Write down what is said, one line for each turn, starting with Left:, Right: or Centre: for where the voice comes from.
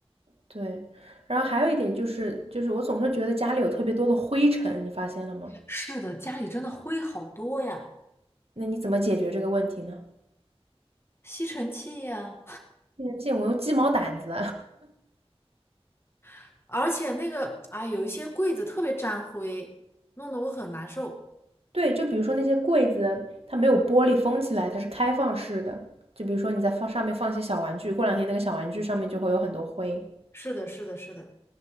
Right: 对，然后还有一点就是，就是我总是觉得家里有特别多的灰尘，你发现了吗？
Left: 是的，家里真的灰好多呀，
Right: 那你怎么解决这个问题呢？
Left: 吸尘器呀，
Right: 而且我用鸡毛掸子，
Left: <laughs> 而且那个，哎，有一些柜子特别沾灰，弄得我很难受。
Right: <laughs> 对，就比如说那些柜子，它没有玻璃封起来，它是开放式的。就比如说你在放上面放一些小玩具，过两天那个小玩具上面就会有很多灰。
Left: 是的，是的，是的，